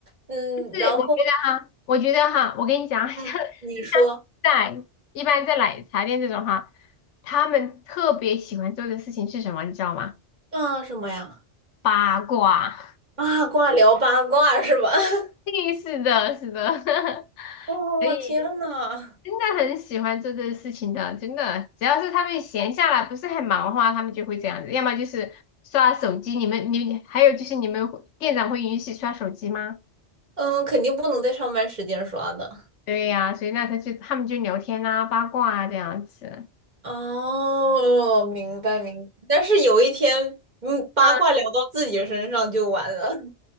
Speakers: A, on the right; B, on the left.
A: 嗯，
B: 就是我觉得哈，
A: 然后
B: 我觉得哈，我跟你讲，<laughs> 像像
A: 嗯你说
B: 在一般在奶茶店这种哈，他们特别喜欢做的事情是什么，你知道吗？
A: 啊什么呀？
B: 八卦。
A: 八卦聊八卦是吧？<laughs>
B: 嘿，是的，是的，<laughs>
A: 哦天呐，
B: 所以真的很喜欢做这个事情的，真的，只要是他们闲下来，不是很忙的话，他们就会这样子，要么就是刷手机。你们，你还有就是你们会店长会允许刷手机吗？
A: 嗯，肯定不能在上班时间刷的。
B: 对呀、所以那他就他们就聊天啊、八卦啊这样子，<laughs>
A: 哦，明白明白。但是有一天，嗯，八卦聊到自己身上就完了。
B: 嗯，